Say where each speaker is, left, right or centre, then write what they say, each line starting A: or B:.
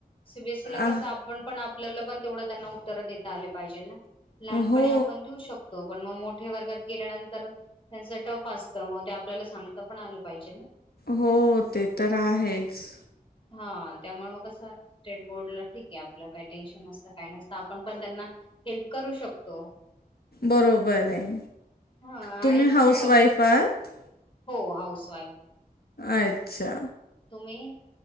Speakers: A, on the left; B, on the left.
A: सीबीएसई ला कसं
B: आ
A: आपण पण- आपल्याला पण तेवढं त्यांना उत्तर देता आले पाहिजे ना, लहानपणी
B: हो
A: आपण देऊ शकतो. म मोठ मोठ्या वर्गात गेल्यानंतर त्यांच टफ असत मग ते आपल्याला सांगता पण आलं पाहिजे ना?
B: हो ते तर आहेच.
A: हा त्यामुळे मग कसं स्टेट बोर्डला ठीक आहे, आपलं काय टेन्शन नसतं. काय नसत आपण पण त्यांना हेल्प करू शकतो. तो.
B: बरोबर आहे
A: हा
B: तुम्ही
A: आणि कसं
B: हाऊस वाईफ आहात?
A: हो हाऊस वाईफ आहे.
B: अच्छा.
A: तुम्ही?